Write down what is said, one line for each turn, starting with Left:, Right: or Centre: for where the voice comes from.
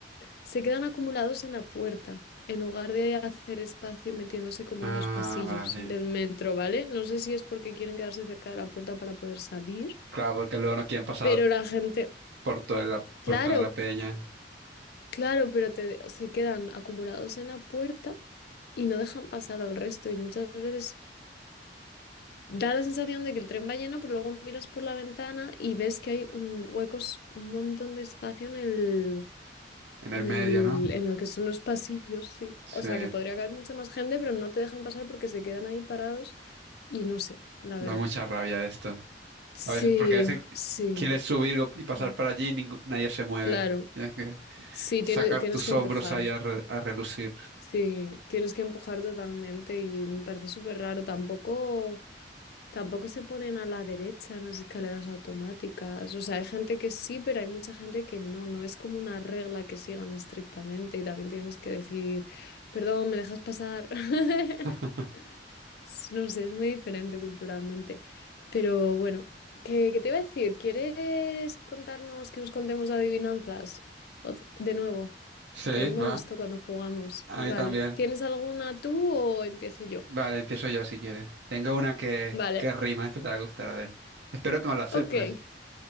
Left: se quedan acumulados en la puerta, en lugar de hacer espacio metiéndose como
Right: Ah,
Left: en los pasillos
Right: vale.
Left: del metro, ¿vale? No sé si es porque quieren quedarse cerca de la puerta para poder salir,
Right: Claro, porque luego no quieren pasar
Left: pero la gente,
Right: por toda la,
Left: claro,
Right: por toda la peña
Left: claro, pero te- se quedan acumulados en la puerta y no dejan pasar al resto y muchas veces da la sensación de que el tren va lleno, pero luego miras por la ventana y ves que hay un huecos, un montón de espacio en el
Right: en el
Left: En
Right: medio,
Left: el,
Right: ¿no?
Left: en lo que son los pasillos, sí.
Right: Sí,
Left: O sea, que podría caber mucha más gente, pero no te dejan pasar porque se quedan ahí parados y no sé, la
Right: da
Left: verdad.
Right: mucha rabia esto.
Left: Sí,
Right: A veces, porque a veces
Left: sí.
Right: quieres subir o- y pasar
Left: mm,
Right: por allí y ningú- nadie se mueve.
Left: Claro.
Right: Tienes que
Left: Sí,
Right: sacar
Left: tiene- tienes
Right: tus
Left: que
Right: hombros
Left: empujar.
Right: ahí a, re- a relucir.
Left: Sí, tienes que empujar totalmente y me parece súper raro. Tampoco, tampoco se ponen a la derecha en las escaleras automáticas. O sea, hay gente que sí, pero hay mucha gente que no. No es como una regla que sigan estrictamente y también tienes que decir, perdón, ¿me dejas pasar? <laughs>
Right: <laughs>
Left: Es- No sé, es muy diferente culturalmente. Pero bueno, ¿qué, qué te iba a decir? ¿Quieres contarnos, que nos contemos adivinanzas? O- de nuevo,
Right: Sí,
Left: que a mí me
Right: va.
Left: gustó cuando jugamos.
Right: A
Left: Vale.
Right: mí también.
Left: ¿Tienes alguna tú o empiezo yo?
Right: Vale, empiezo yo si quieres. Tengo una que,
Left: Vale.
Right: que rima, esta te va a gustar, a ver. Espero que no la sepas.
Left: Ok. <laughs>